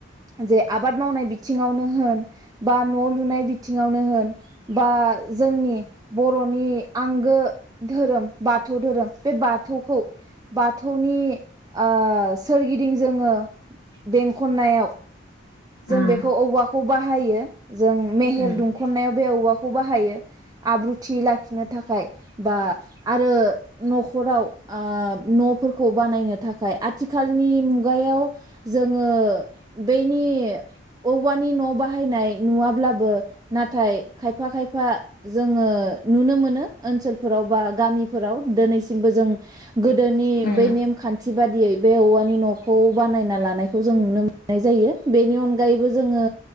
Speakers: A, on the right (about 20°); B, on the left (about 50°).
A: जे आबाद मावनाय बिथिङावनो होन बा न' लुनाय बिथिङावनो होन, बा जोंनि बर'नि आंगो धोरोम बाथौ धोरोम बे बाथौखौ बाथौनि ओ सोरगिदिं जोङो बेंखननायाव जों
B: उम
A: बेखौ औवाखौ बाहायो जों मेहेर
B: उम
A: दुंखननायाव बे औवाखौ खौ बाहायो आब्रुथि लाखिनो थाखाय बा आरो, न'खराव ओ न'फोरखौ बानायनो थाखाय आथिखालनि मुगायाव जोङो बेनि औवानि न' बाहायनाय नुवाब्लाबो नाथाय खायफा खायफा जोङो नुनो मोनो ओनसोलफोराव बा गामिफोराव, दोनैसिमबो जों गोदोनि
B: उम
A: बै नेमखान्थि बादियै, बे औवानि न'खौ बानायना लानायखौ जों नुनो मोननाय जायो बेनि अनगायैबो जोङो